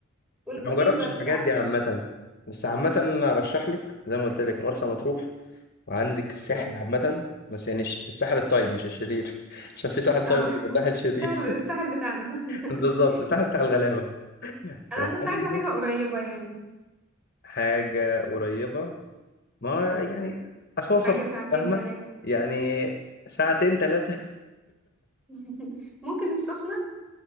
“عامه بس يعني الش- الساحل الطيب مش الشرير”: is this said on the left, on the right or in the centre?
Left